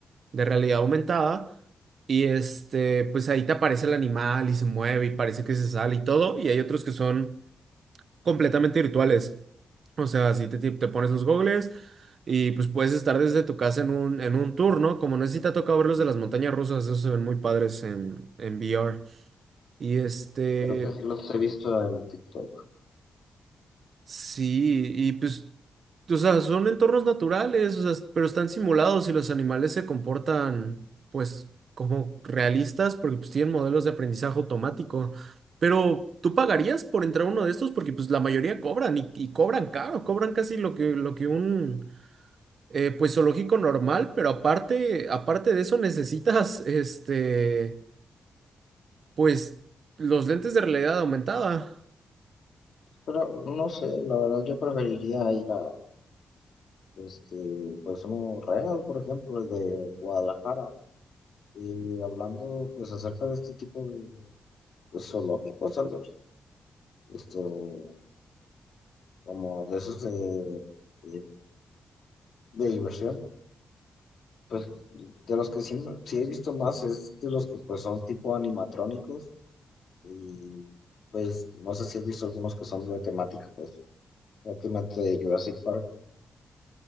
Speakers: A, on the right; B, on the left.
A: de realidad aumentada y este, pues ahí te aparece el animal y se mueve y parece que se sale y todo y hay otros que son completamente virtuales. O sea, si te, te te pones los gogles y pues puedes estar desde tu casa en un, en un tour, ¿no? Como no sé si te ha tocado ver los de las montañas rusas, esos se ven muy padres en, en VR. Y este,
B: Creo que sí los he visto en TikTok.
A: Sí, y pues, o sea, son entornos naturales, o sea, pero están simulados y los animales se comportan, pues, como realistas porque pues tienen modelos de aprendizaje automático. Pero tú pagarías por entrar a uno de estos porque pues la mayoría cobran y, y cobran caro, cobran casi lo que, lo que un, eh, pues, zoológico normal, pero aparte, aparte de eso necesitas, este, pues, los lentes de realidad aumentada.
B: Pero no sé, la verdad yo preferiría ir a, este, pues un real, por ejemplo, el de Guadalajara. Y hablando, pues, acerca de este tipo de pues, zoológicos, tal vez, este, o como de esos de, de, de diversión, pues, de los que sí, me- sí he visto más es de los que, pues, son tipo animatrónicos Y pues no sé si has visto algunos que son de temática, pues prácticamente de Jurassic Park.